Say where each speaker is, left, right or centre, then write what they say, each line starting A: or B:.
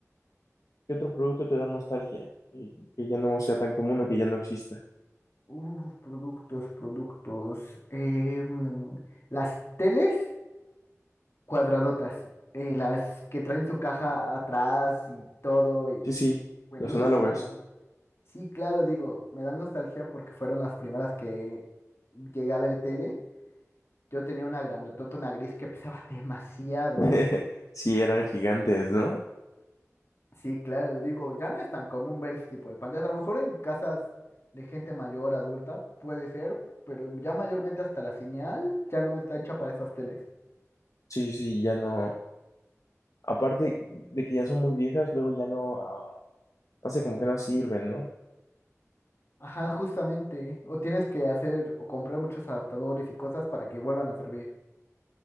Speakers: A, on the left; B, on the left.
A: ¿Qué otro producto te da nostalgia? Que, que ya no sea tan común o que ya no exista.
B: Uf, productos, productos. Eh, mm, las teles cuadradotas, eh, las que traen su caja atrás y todo, y
A: Sí, sí,
B: buenísimo.
A: los análogas.
B: Sí, claro, digo, me dan nostalgia porque fueron las primeras que llegué a ver tele. Yo tenía una grandotota, una gris que pesaba <laughs> demasiado.
A: <laughs> Sí, eran gigantes, ¿no?
B: Sí, claro, digo, ya no es tan común ver ese tipo de pantallas. A lo mejor en casas de gente mayor, adulta, puede ser, pero ya mayormente hasta la señal ya no está hecha para esas teles.
A: Sí, sí, ya no. Aparte de que ya son muy viejas, luego ya no, ah, no sé, como que no sirven, ¿no?
B: Ajá, justamente. O tienes que hacer o comprar muchos adaptadores y cosas para que vuelvan a servir.